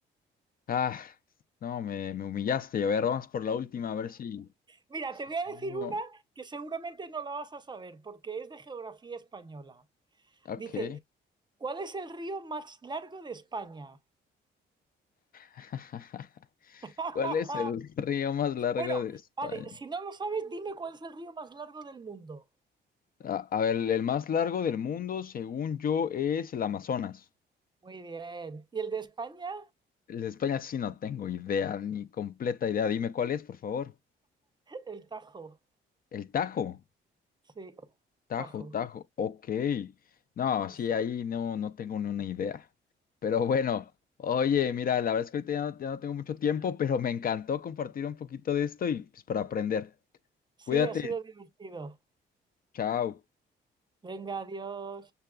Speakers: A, on the left (about 45°); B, on the right (about 20°).
A: Ah, no, me, me humillaste. A ver, vamos por la última, a ver si...
B: Mira,
A: si
B: te voy a
A: mínimo-
B: decir una que seguramente no la vas a saber porque es de geografía española.
A: Ok.
B: Dice, ¿cuál es el río más largo de España?
A: <laughs>
B: <laughs>
A: ¿Cuál es el río más largo
B: Bueno,
A: de España?
B: vale, si no lo sabes, dime cuál es el río más largo del mundo.
A: A, a ver, el más largo del mundo, según yo, es el Amazonas.
B: Muy bien. ¿Y el de España?
A: El de España sí no tengo idea, ni completa idea. Dime cuál es, por favor.
B: El Tajo.
A: El Tajo.
B: Sí,
A: Tajo,
B: Tajo.
A: Tajo. Ok. No,
B: Sí,
A: sí, ahí no, no tengo ni una idea. Pero bueno, oye, mira, la verdad es que ahorita ya no, ya no tengo mucho tiempo, pero me encantó compartir un poquito de esto y pues para aprender.
B: Sí,
A: Cuídate.
B: ha sido divertido.
A: Chao.
B: Venga, adiós.